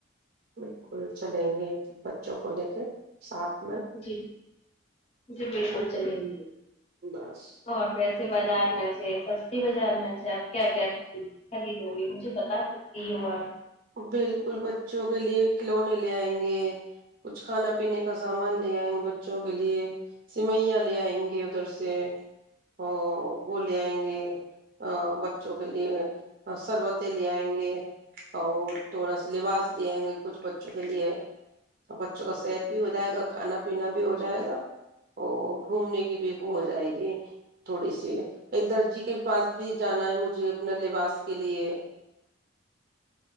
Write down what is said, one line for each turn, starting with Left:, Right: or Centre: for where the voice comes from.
Right: بالکل چلیں گے بچوں کو لے کے <unintelligible> میں
Left: جی جی بالکل چلیں گے
Right: بس
Left: اور ویسے <unintelligible> بازار میں سے سستی بازار میں سے آپ کیا کیا خریدو گی مجھے بتا سکتی ہو آپ <unintelligible>
Right: بالکل بچوں کے لیے کھلونے لے آئیں گے کچھ کھانا پینے کا سامان لے آئیں گے بچوں کے لیے سوئیاں لے آئیں گے ادھر سے اور وہ لے آئیں گے بچوں کے لیے سربتیں لے آئیں گے <unintelligible> اور تھوڑا سا لباس لے آئیں گے کچھ بچوں کے لیے بچوں کا صحت بھی ہو جائے گا کھانا پینا بھی ہو جائے گا اور گھومنے کی بھی ہو جائے گی تھوڑی سی ایک درجی کے پاس بھی جانا ہے مجھے اپنا لباس کے لیے <unintelligible>